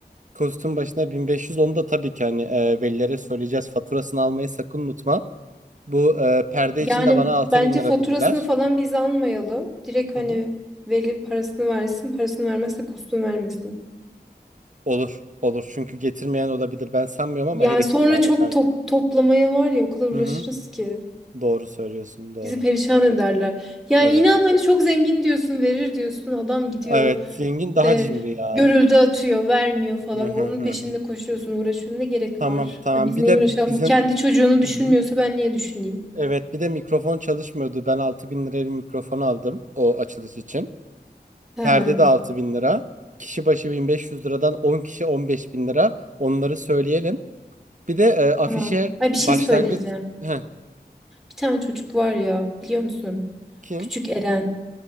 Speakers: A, on the right; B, in the centre.
A: Kostüm başına 1500 onu da tabii ki hani e, velilere söyleyeceğiz. Faturasını almayı sakın unutma. Bu e, perde
B: Yani
A: için de bana 6000
B: bence
A: lira
B: faturasını
A: dediler.
B: falan biz almayalım. Direkt
A: Hı
B: hani
A: hı.
B: veli parasını versin, parasını vermezse kostüm vermesin.
A: Olur. Olur. Çünkü getirmeyen olabilir. Ben sanmıyorum ama
B: Yani
A: her ihtimale
B: sonra çok
A: karşı.
B: top, toplamaya var ya o kadar uğraşırız
A: Hı hı.
B: ki.
A: Doğru söylüyorsun. Doğru.
B: Bizi perişan
A: Doğru.
B: ederler. Yani
A: Evet.
B: inan
A: Evet.
B: hani çok zengin diyorsun, verir diyorsun. Adam gidiyor
A: Evet. Zengin daha
B: ve
A: cimri ya.
B: görüldü atıyor, vermiyor falan.
A: Hı hı
B: Onun
A: hı.
B: peşinde
A: hı.
B: koşuyorsun, uğraşıyorsun. Ne gerek
A: Tamam.
B: var?
A: Tamam.
B: Biz
A: Bir
B: niye
A: de
B: uğraşalım
A: bizim
B: ki? Kendi çocuğunu düşünmüyorsa
A: Hı hı.
B: ben niye düşüneyim?
A: Evet bir de mikrofon çalışmıyordu. Ben 6000 liraya bir mikrofon aldım o açılış için.
B: He,
A: Perde de 6000 lira. Kişi başı 1500 liradan on kişi 15000 lira. Onları söyleyelim. Bir de e, afişe
B: tamam. Ay bir
A: başlangıç
B: şey söyleyeceğim.
A: Heh,
B: Bir tane çocuk var ya, biliyor musun?
A: kim?
B: Küçük Eren.